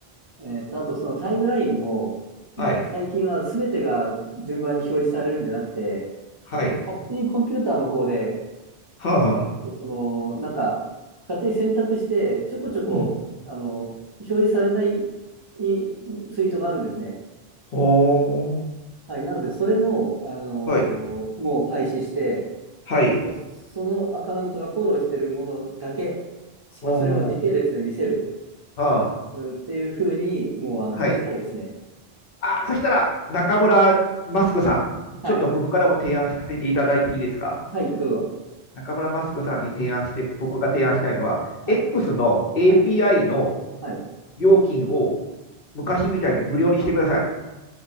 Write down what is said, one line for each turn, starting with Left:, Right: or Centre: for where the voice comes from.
Right: えっと、あとそのタイムラインも、
Left: はい。
Right: なんか最近は全てが順番に表示されるんじゃなくて、
Left: はい。
Right: やっぱり勝手にコンピューターの方で、
Left: はあ、
Right: えーっと、
Left: はあ。
Right: その、なんか、勝手に選択して、ちょこちょこ、
Left: うん。
Right: あの、表示されないいツイートがあるんですね。
Left: ほー。
Right: はい。なので、それも、あのーもう廃止して、
Left: はい。はい。
Right: もうそのアカウントがフォローしてるものだけ、しかもそれを時系列で見せる
Left: ほー。はあ。
Right: うっていうふうに、もう、あの、
Left: はい。
Right: したいですね。
Left: あ、そしたら、中村マスクさん、
Right: はい。
Left: ちょっと僕からも提案させていただいていいですか
Right: はい、どうぞ。
Left: 中村マスクさんに提案して、僕が提案したいのは、
Right: はい。
Left: X の API
Right: はい。
Left: の
Right: はい。
Left: 料金を昔みたいに無料にしてください。